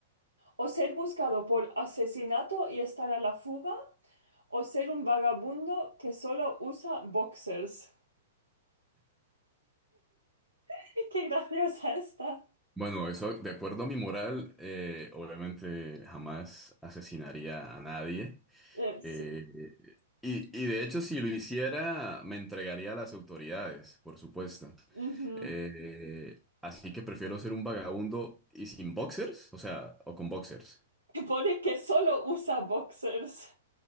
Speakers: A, on the right; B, in the centre.
A: o ser buscado por asesinato y estar a la fuga, o ser un vagabundo que solo usa boxers. <laughs> Qué graciosa esta.
B: Bueno, eso, de acuerdo a mi moral, eh, obviamente jamás asesinaría a nadie.
A: Eh, sí.
B: Eh, y, y de hecho, si lo hiciera, me entregaría a las autoridades, por supuesto.
A: Ujú.
B: Eh, así que prefiero ser un vagabundo y sin boxers, o sea, o con boxers.
A: Que pone que solo usa boxers.